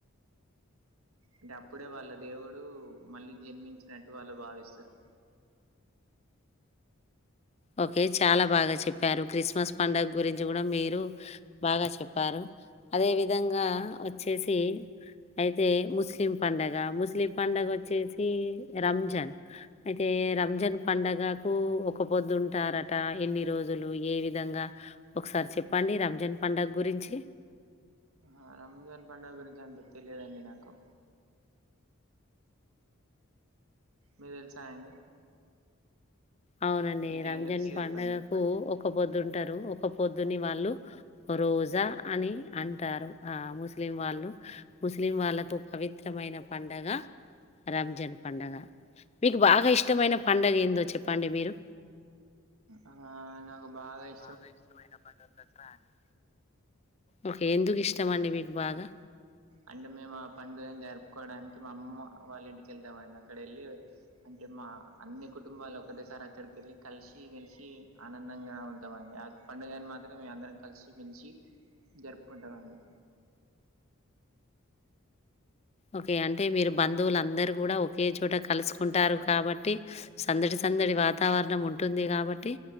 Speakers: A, on the right; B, on the left.
A: అంటే అప్పుడే వాళ్ళ దేవుడు మళ్ళీ జన్మించినట్టు వాళ్ళు భావిస్తారు
B: ఓకే చాలా బాగా చెప్పారు క్రిస్మస్ పండగ గురించి కూడా మీరు బాగా చెప్పారు అదే విధంగా వచ్చేసి అయితే ముస్లిం పండగ ముస్లిం పండగ వచ్చేసి రంజాన్ అయితే రంజాన్ పండగకు ఒక పొద్దుంటారట ఎన్ని రోజులు ఏ విధంగా ఒకసారి చెప్పండి రంజాన్ పండగ గురించి
A: ఆ రంజాన్ పండగ గురించి అంత తెలియదండి నాకు మీకు తెలుసా అండి
B: అవునండి
A: మీకేం
B: రంజన్
A: తెలుసు
B: పండుగకు
A: చెప్పండి?
B: ఓక్కపొద్దుంటారు ఓక్కపొద్దుని వాళ్ళు రోజా అని అంటారు ఆ ముస్లిం వాళ్ళు ముస్లిం వాళ్లకు పవిత్రమైన పండగ రంజన్ పండగ మీకు బాగా ఇష్టమైన పడుగ ఏందో చెప్పండి మీరు
A: ఆ అ నాకు బాగా ఇ
B: బాగా ఇష్టమైన పండగ దసరా అండి ఓకే ఎందుకు ఇష్టం అండి మీకు బాగా
A: అంటే మేము ఆ పండుగను జరుపుకోవడానికి మా అమ్మమ్మ వాళ్ళింటికి వవెళ్తామండి అక్కడ ఎళ్ళి అంటే మా అన్ని కుటుంబాలు ఒకటేసారి అక్కడికెళ్ళి కలిసి వెలిసి ఆనందంగా ఉంటామండి అ పండుగని మాత్రం మేము అందరం కలిసి మెలిసి జరుపుకుంటామండి
B: ఓకే అంటే మీరు బంధువులందరుూ కూడా ఒకే చోట కలుసుకుంటారు కాబట్టి సందడి సందడి వాతావరణం ఉంటుంది కాబట్టి